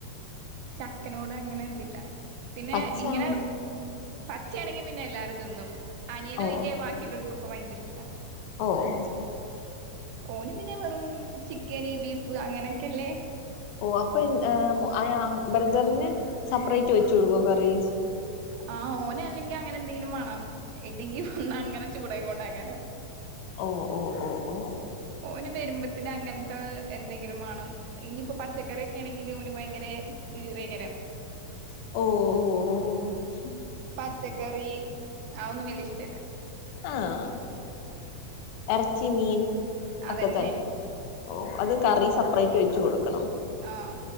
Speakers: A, on the right; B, on the left.
A: ചക്കനോട് അങ്ങനെ ഇതില്ല പിന്നെ
B: പച്ചയാണെങ്കി
A: ഇങ്ങനെ പച്ചയാണെങ്കി പിന്നെ എല്ലാരും തിന്നും അനിയനോ
B: ഓ
A: ഒയികേ ബാക്കിയുള്ളവർക്കുംഒക്കെ ഭയങ്കര ഇഷ്ടാ
B: ഓഹ്
A: ഓന് പിന്നെ വെറും ചിക്കന് ബീഫ് അങ്ങനെയൊക്കെല്ലേ
B: ഓഹ് അപ്പൊ ആ ബ്രദറിന് സെപ്പറേറ്റ് വെച്ചു കൊടുക്കോ കറി
A: ആഹ് ഓന് അല്ലെങ്കി അങ്ങനെ എന്തെങ്കിലും വേണം ഇല്ലെങ്കിൽ വന്ന് അങ്ങനെ ചൂടായി കൊണ്ടാക്കാരം
B: ഓ ഓ ഓ ഓ
A: ഓന് വരുമ്പോത്തിന് അങ്ങൻത്തെ എന്തെങ്കിലും വേണം ഇനിയിപ്പോ പച്ചക്കറിയൊക്കെ ആണെങ്കിൽ ഓന് ഭയങ്കര ഈറയ്കരം
B: ഓഹ് ഓഹ് ഓഹ്
A: പച്ചക്കറി ആന്നും വല്യ ഇഷ്ടല്ല
B: ആഹ് ഇറച്ചി മീൻ
A: അതന്നെ
B: ഒക്കെ തന്നെ ഓഹ് അതും കറി സെപ്പറേറ്റ് വെച്ച് കൊടുക്കണം
A: ആഹ്